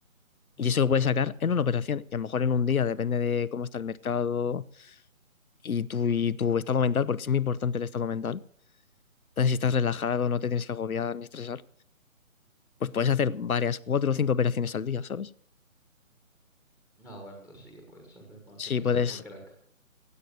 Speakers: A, in the centre; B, on the left.
A: ujú.
B: Y eso lo puedes sacar en una operación. Y a lo mejor en un día, depende de cómo está el mercado, y tu, y tu estado mental, porque es muy importante el estado mental. Entonces, si estás relajado, no te tienes que agobiar ni estresar, pues puedes hacer varias, cuatro o cinco operaciones al día, ¿sabes?
A: Ah, bueno, entonces sí que puedes echarle. Bueno,
B: Si
A: tienes que
B: puedes,
A: ser muy crack.